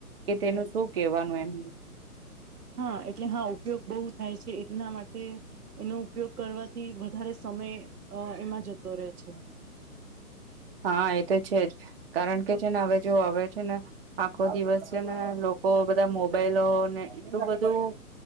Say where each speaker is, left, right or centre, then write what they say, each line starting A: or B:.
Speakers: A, on the right; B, on the right.
A: કે તેનું શું કેવાનું એમ
B: હા એટલે હા ઉપયોગ બહુ થાય છે એના માટે એનો ઉપયોગ કરવાથી વધારે સમય અ એમાં જતો રહે છે.
A: હા એ તો છે જ કારણ કે છે ને હવે જો આવે છે ને આખો દિવસ છે ને લોકો બધા મોબાઈલોને એટલું બધું